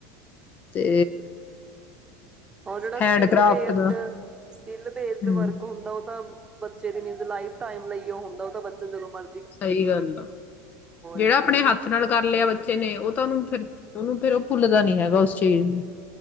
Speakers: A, on the left (about 35°); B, on the right (about 20°).
A: ਤੇ
B: ਹਰ ਜਿਹੜਾ
A: ਹੈਂਡਕ੍ਰਾਫਟ
B: ਸਕਿਲ ਬੇਸਟ
A: ਦਾ
B: ਸਕਿਲ ਬੇਸਟ
A: ਹੂੰ
B: ਵਰਕ ਹੁੰਦਾ ਉਹ ਤਾਂ ਬੱਚੇ ਦੀ ਮੀਨਸ ਲਫ ਟਾਈਮ ਲਈ ਉਹ ਹੁੰਦਾ ਉਹ ਤਾਂ ਬੱਚਾ ਜਦੋਂ ਮਰ
A: ਸਹੀ ਗੱਲ ਆ ਜਿਹੜਾ
B: ਕਿਆ
A: ਆਪਣੇ ਹੱਥ ਨਾਲ ਕਰ ਲਿਆ ਬੱਚੇ ਨੇ ਉਹ ਤਾਂ ਉਹਨੂੰ ਫਿਰ ਉਹਨੂੰ ਫਿਰ ਉਹ ਭੁੱਲਦਾ ਨੀ ਹੈਗਾ ਉਸ ਚੀਜ਼ ਨੂੰ